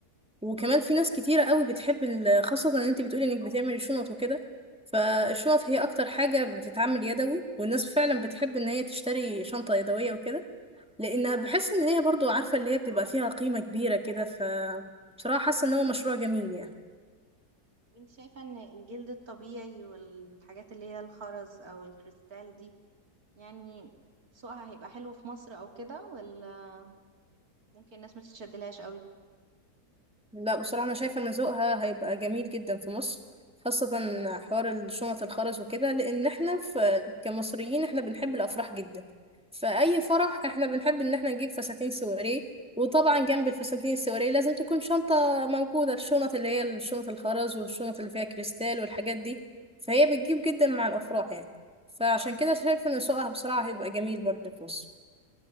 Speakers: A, in the centre; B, on the right (about 65°).
A: وكمان في ناس كتيره قوي بتحب ال- خاصه ان انت بتقولي انك بتعملي شنط وكده فالشنط هي اكتر حاجه بتتعمل يدوي والناس فعلا بتحب ان هي تشتري شنطه يدويه وكده لانها بحس ان هي برضو عارفه اللي هي بتبقى فيها قيمه كبيره كده ف بصراحه حاسه ان هو مشروع جميل يعني
B: طب انت شايفة ان الجلد الطبيعي والحاجات اللي هي الخرز او الكريستال دي يعني سوقها هيبقى حلو في مصر او كده ولا ممكن الناس ما تتشدلهاش قوي
A: لا بصراحة أنا شايفة إن ذوقها هيبقى جميل جدا في مصر خاصة حوار الشنط الخرز وكده لأن احنا في كمصريين احنا بنحب الأفراح جدا فأي فرح احنا بنحب إن احنا نجيب فساتين سواري وطبعا جنب الفساتين السواري لازم تكون شنطة موجودة الشنط اللي هي الشنط الخرز والشنط اللي فيها كريستال والحاجات دي فهي بتجيب جدا مع الأفراح يعني فعشان كده شايفة إن سوقها بصراحة هيبقى جميل برضه في مصر